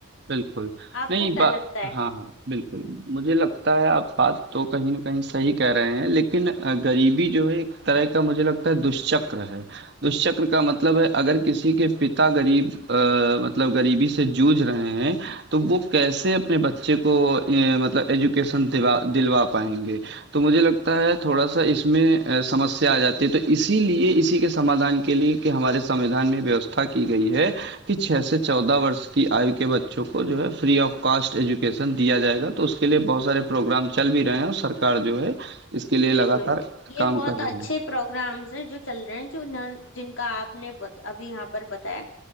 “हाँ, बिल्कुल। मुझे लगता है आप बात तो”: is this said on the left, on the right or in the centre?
Right